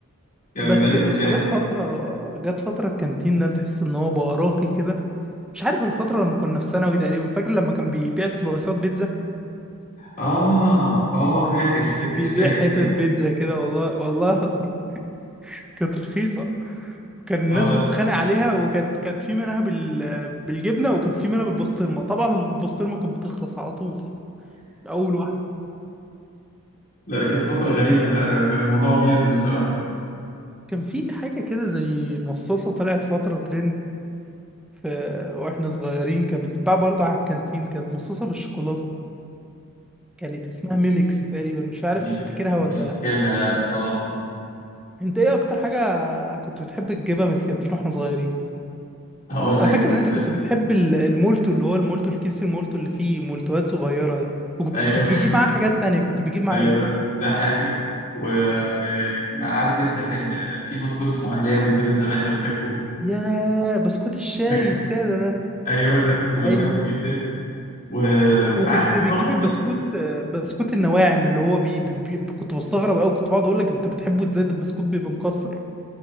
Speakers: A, on the left (about 40°); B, in the centre.
A: يعني
B: بس
A: ده اللي
B: بس
A: كان بيحصل
B: جت فترة جت فترة الكانتين ده تحس إن هو بقى راقي كده مش عارف الفترة لما كنا في ثانوي تقريبا فاكر لما كان بيبيع سلايسات بيتزا
A: اه اه فاكر فاكر
B: بيجيب- بيبيع
A: فاكر
B: حتت بيتزا
A: <laughs>
B: كده والله والله العظيم كانت رخيصة كان الناس
A: اه لا
B: بتتخانق عليها وكانت كانت في منها بال... بالجبنة وكان في منها بالبسطرمة طبعا بالبسطرمة كانت بتخلص على طول أول واحدة
A: لا كانت فترة غريبة
B: بس
A: فعلا كان الموضوع ويرد بصراحة
B: كان في حاجة كده زي مصاصة طلعت فترة ترند في... واحنا صغيرين كانت بتتباع برضه على الكانتين كانت مصاصة بالشوكولاتة كانت اسمها ميمكس تقريبا مش عارف
A: مش
B: تفتكرها
A: فاكر
B: ولا
A: مش فاكرها
B: لأ
A: لا لا خالص
B: انت ايه اكتر حاجة كنت بتحب تجيبها من الكانتين واحنا صغيرين
A: هقول
B: انا
A: لك
B: فاكر ان انت
A: آه،
B: كنت بتحب ال- المولتو اللي هو المولتو الكيس المولتو اللي فيه مولتوات صغيره ده وكنت-
A: ايوه
B: بس كنت بتجيب معاه حاجات تانية كنت
A: <laughs>
B: بتجيب معاه
A: ايوه
B: ايه
A: ده حاجة وكان عارف انت كان في بسكوت اسمه اهلاوي كده زمان لو فاكره
B: يا بسكوت الشاي
A: فاكر
B: الساده
A: <laughs>
B: ده
A: ايوه ده كنت بحبه
B: ايوه
A: جدا و- فعارف
B: وكنت
A: انت
B: بتجيب
A: برضه
B: البسكوت
A: كان
B: آه، بسكوت النواعم اللي هو بي بي بي كنت بستغرب قوي كنت بقعد اقول لك انت بتحبه ازاي ده البسكوت بيبقى مكسر